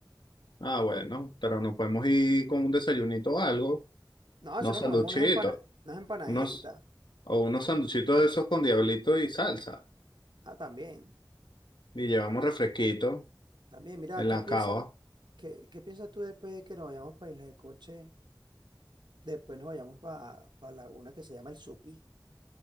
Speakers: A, on the left (about 75°); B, on the right (about 80°).
A: Ah, bueno, pero nos podemos ir con un desayunito o algo,
B: No,
A: unos
B: eso no
A: sanduchitos,
B: comemos unas empana- unas empanaditas.
A: unos, o unos sanduchitos de esos con diablito y salsa,
B: Ah, también.
A: y llevamos refresquito
B: También, mira,
A: en
B: ¿qué
A: la
B: piensas
A: cava.
B: qué, qué piensas tú después de que nos vayamos para Isla de Coche? Después nos vayamos para la una que se llama El Supí.